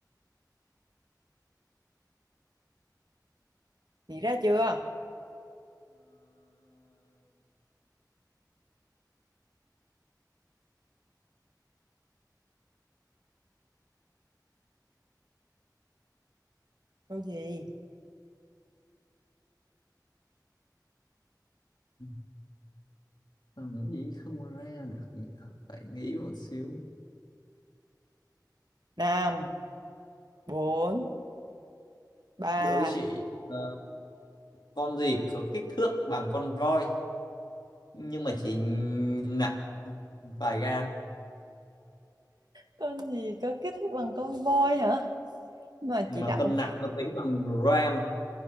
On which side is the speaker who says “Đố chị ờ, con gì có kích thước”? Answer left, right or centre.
Left